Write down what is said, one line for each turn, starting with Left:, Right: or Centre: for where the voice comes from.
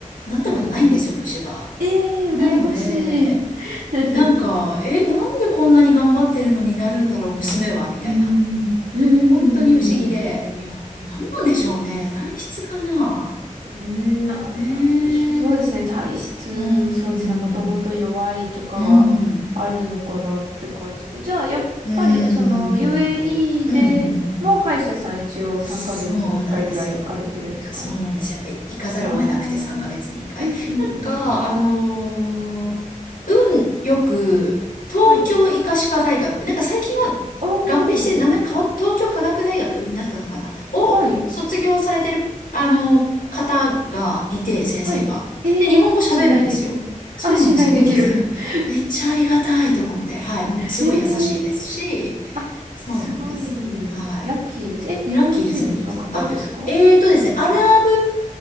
Left: なったことないんですよ、
Right: はい。
Left: 虫歯。
Right: ええー、
Left: なので、
Right: 羨ましい。<laughs>
Left: なんか、え、なんでこんなに頑張ってるのになるんだろう、娘は、みたいな。
Right: うーん、うーん、
Left: 本当に不思議で、
Right: う
Left: いや、なんなんでしょうね。体質かな。
Right: ーん、な、
Left: ねえ。
Right: なんでしょう。そうですね。
Left: うん、
Right: 体質、
Left: うん、
Right: そうですね。もともと弱いとかがあるのかなって感じで。
Left: うん、うん。
Right: じゃあ、やっぱり、
Left: うん、
Right: その、UAE
Left: うん、
Right: でも歯医者さん一応3ヶ月に1回ぐらい行かれてるんですか
Left: うん、うん、うん、うん、そうなんですよ。そうなんですよ。やっぱり行かざるを得なくて3ヶ月に1回。
Right: ああー、うん、うん、
Left: なんか、
Right: うん、
Left: あのー運よく、
Right: うん。
Left: 東京医科歯科大学、
Right: はい。
Left: なんか最近は合併して名前変わっ、
Right: おー、
Left: 東京科学大学になったのかなを卒業されてる、
Right: はい、
Left: あのー方がいて、先生が。
Right: はい。えー、
Left: で、日本語喋るんですよ。
Right: 信頼できる。
Left: そうなんです、
Right: あ、信頼できる。
Left: そうなんです。
Right: <laughs>
Left: めっちゃありがたいと思って。はい。もうすごい優しいですし、
Right: えーあ、
Left: そうなんですよ。
Right: すごい、
Left: はい。
Right: ラッキーです。え、日本人の方ですか
Left: ラッキーです、ラッキーです。あ、えーとですね、アラブ